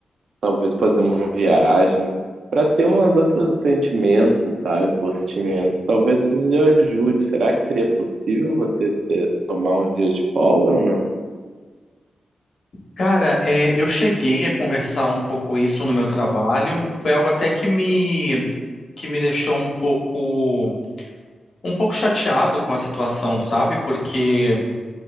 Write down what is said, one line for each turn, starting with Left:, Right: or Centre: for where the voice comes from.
Right: talvez fazer uma viagem, para ter umas outros sentimentos, sabe? Bons sentimentos. Talvez isso lhe ajude. Será que seria possível você ter- tomar uns dias de folga ou não?
Left: Cara, é, eu cheguei a conversar um pouco isso no meu trabalho. Foi algo até que me que me deixou um pouco um pouco chateado com a situação, sabe? Porque